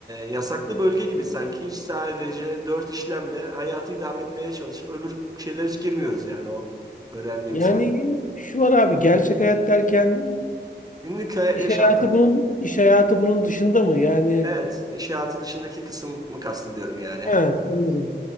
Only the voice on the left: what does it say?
Yani şu var abi gerçek hayat derken
iş
hayatı bunun iş hayatı bunun dışında mı? Yani
he anladım.